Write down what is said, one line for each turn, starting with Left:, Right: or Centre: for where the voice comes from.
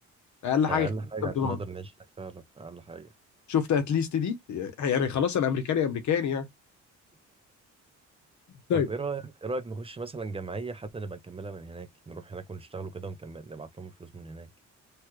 Left: اقل حاجه
Right: ده اقل حاجه
Left: 5000
Right: عشان نقدر نعيش هناك فعلا اقل حاجه
Left: شفت اتليست دي يعني خلاص انا امريكاني امريكاني يعني طيب
Right: طب ايه رايك ايه رايك نخش مثلا جمعيه حتى نبقى نكملها من هناك نروح هناك ونشتغلوا كده ونكمل نبعت لهم الفلوس من هناك